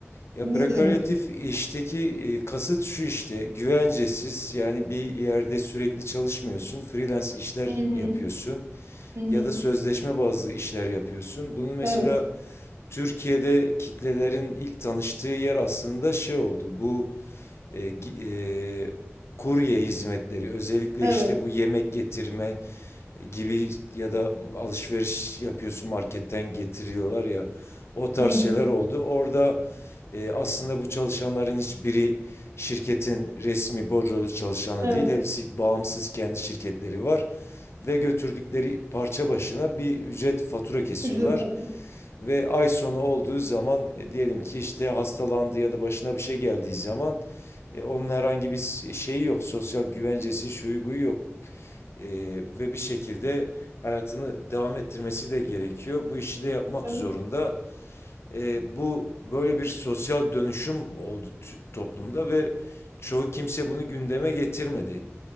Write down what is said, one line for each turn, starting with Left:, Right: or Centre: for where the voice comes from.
Left: Ya
Right: Ne
Left: prekaryatif
Right: demek?
Left: işteki e, kasıt şu işte güvencesiz yani bir yerde sürekli çalışmıyorsun, freelance işler
Right: Hı hı.
Left: yapıyorsun
Right: Hı hı.
Left: ya da sözleşme bazlı işler yapıyorsun. Bunun mesela
Right: Evet.
Left: Türkiye'de kitlelerin ilk tanıştığı yer aslında şey oldu. Bu e, e, kurye hizmetleri özellikle
Right: Evet.
Left: işte bu yemek getirme gibi ya da alışveriş yapıyorsun marketten getiriyorlar ya o tarz
Right: Hı hı.
Left: şeyler oldu. Orada e, aslında bu çalışanların hiçbiri şirketin resmi bordrolu çalışanı
Right: Evet.
Left: değil. Hepsi bağımsız kendi şirketleri var ve götürdükleri parça başına bir ücret fatura kesiyorlar.
Right: Ücret alıyor.
Left: Ve ay sonu olduğu zaman e, diyelim ki işte hastalandı ya da başına bir şey geldiği zaman e, onun herhangi bir şeyi yok. Sosyal güvencesi şuyu buyu yok. E, ve bir şekilde hayatını devam ettirmesi de gerekiyor. Bu işi de yapmak
Right: Evet.
Left: zorunda. E, bu böyle bir sosyal dönüşüm oldu toplumda ve çoğu kimse bunu gündeme getirmedi.